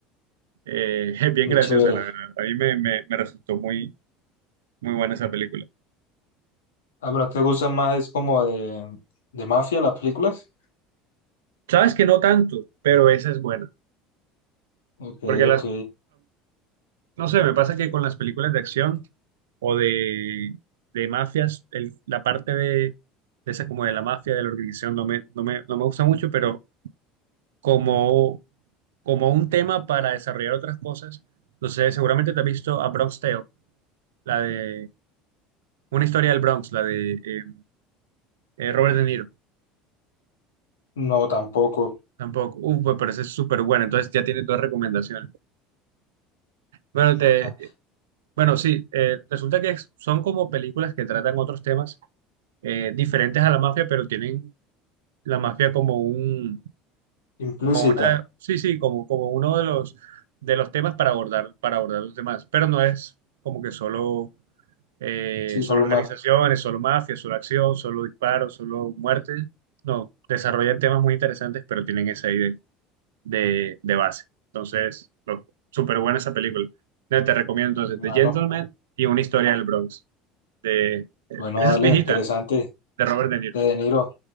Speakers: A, on the right; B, on the left.
A: eh, <laughs> es bien
B: muy
A: graciosa,
B: Chévere.
A: la verdad. A mí me, me, me resultó muy, muy buena esa película.
B: Ah, pero ¿te gusta más? Es como de, de mafia las películas.
A: Sabes que no tanto, pero esa es buena.
B: Ok,
A: Porque las,
B: ok.
A: No sé, me pasa que con las películas de acción o de, de mafias, el- la parte de, de esa como de la mafia, de la organización, no me, no me, no me gusta mucho, pero como, como un tema para desarrollar otras cosas, no sé, seguramente te has visto a Bronx Tale, la de una historia del Bronx, la de eh, eh, Robert De Niro,
B: No, tampoco.
A: tampoco, uh, me parece súper buena, entonces ya tienes dos recomendaciones. Bueno,
B: <laughs>
A: te, bueno, sí, eh, resulta que son como películas que tratan otros temas eh, diferentes a la mafia, pero tienen la mafia como un,
B: Implícita.
A: como una, sí, sí, como, como uno de los, de los temas para abordar, para abordar los demás, pero no es como que solo, eh,
B: Sí,
A: solo
B: solo
A: organizaciones,
B: mafia.
A: solo mafia, solo acción, solo disparos, solo muerte, no, desarrollan temas muy interesantes, pero tienen esa idea de, de, de base, entonces, lo- súper buena esa película, te te recomiendo entonces
B: Bueno,
A: The Gentleman y Una historia del Bronx, de, eh,
B: bueno,
A: esa
B: dale,
A: es viejita,
B: interesante.
A: de Robert De Niro.
B: de De Niro.